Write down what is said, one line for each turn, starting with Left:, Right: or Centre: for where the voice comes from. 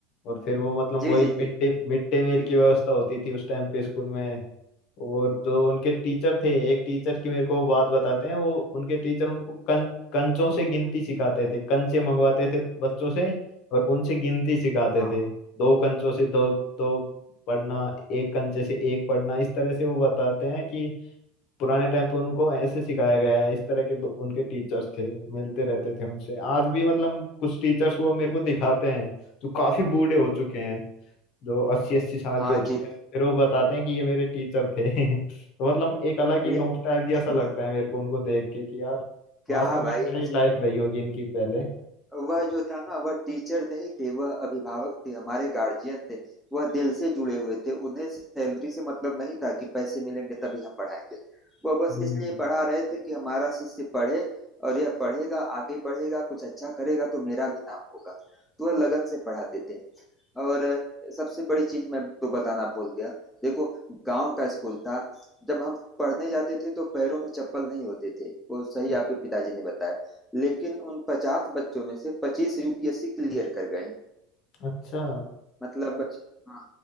Left: और फिर वो मतलब
Centre: जी
Left: वही
Centre: जी
Left: मिड
Centre: जी
Left: डे मिड डे मील की व्यवस्था होती थी उस टाइम पे स्कूल में और जो उनके टीचर थे एक टीचर की मेरे को बात बताते हैं वो उनके टीचर उनको कं, कंचों से गिनती सिखाते थे कंचे मंगवाते थे बच्चों से और उनसे गिनती सिखाते
Centre: हाँ
Left: थे दो कंचों से दो दो पढ़ना एक कंचे से एक पढ़ना इस तरह से वो बताते हैं कि पुराने टाइम पे उनको ऐसे सिखाया गया है इस तरह के दो, उनके टीचर्स थे मिलते रहते थे उनसे आज भी मतलब कुछ टीचर्स वो मेरे को दिखाते हैं जो काफी बूढ़े हो चुके हैं जो अस्सी अस्सी साल
Centre: हाँ
Left: के हो चुके
Centre: जी
Left: हैं फिर वो बताते हैं कि ये मेरे टीचर थे <laughs> तो मतलब एक अलग ही नॉस्टैल्जिया
Centre: ये <laughs>
Left: सा लगता है मेरे को उनको देख के कि यार
Centre: क्या
Left: वास्तव
Centre: भाई
Left: में क्या ही लाइफ रही होगी इनकी पहले
Centre: वह जो था ना वह टीचर नहीं थे वह अभिभावक थे हमारे गार्जियन थे वह दिल से जुड़े हुए थे उन्हें सैलरी से मतलब नहीं था कि पैसे मिलेंगे तभी हम पढ़ाएंगे वह बस
Left: हम्म
Centre: इसलिए पढ़ा रहे थे कि हमारा शिष्य पढ़े और यह पढ़ेगा आगे बढ़ेगा कुछ अच्छा करेगा तो मेरा भी नाम होगा तो वह लगन से पढ़ाते थे और सबसे बड़ी चीज मैं तो बताना भूल गया देखो गांव का स्कूल था जब हम पढ़ने जाते थे तो पैरों में चप्पल नहीं होते थे वो सही आपके पिताजी ने बताया लेकिन उन पचास बच्चों में से पच्चीस यूपीएससी क्लियर कर गए
Left: अच्छा
Centre: मतलब <clears throat> हाँ,